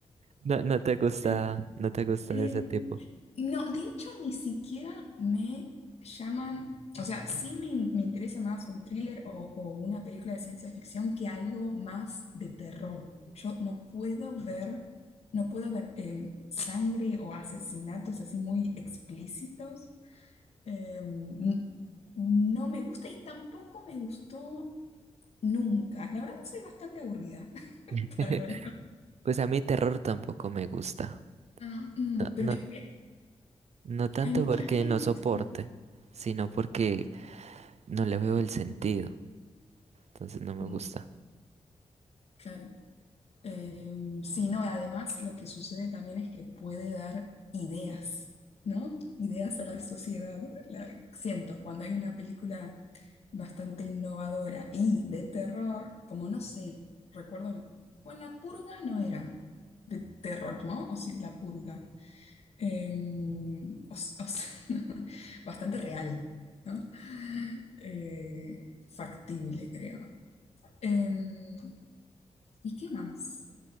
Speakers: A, on the right; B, on the left.
A: No, no te gusta,
B: Sí.
A: no te gusta
B: Eh,
A: de ese tipo.
B: no, de hecho, ni siquiera me llaman, o sea, sí me, in- me interesa más un thriller o, o una película de ciencia ficción que algo más de terror. Yo no puedo ver, no puedo ver eh, sangre o asesinatos así muy explícitos. Eh, n- no me gusta y tampoco me gustó. Nunca. La verdad soy bastante aburrida <laughs>
A: <laughs>
B: para ver.
A: Pues a mí terror tampoco me gusta.
B: Ah, mm,
A: No,
B: pero vi-
A: no,
B: eh,
A: no tanto
B: hay mucha
A: porque
B: gente
A: no soporte,
B: que sí.
A: sino porque no le veo el sentido. Entonces no me
B: Mm,
A: gusta.
B: Claro. Eh, sí, no, además lo que sucede también es que puede dar ideas, ¿no? Ideas a la sociedad. La- siento, cuando hay una película bastante innovadora y de terror, como no sé, recuerdo, el- bueno, La Purga no era de terror, ¿no? O sí, La Purga. Em, o s- o sea, <laughs> bastante real, ¿no? Eh, factible, creo. Em, ¿y qué más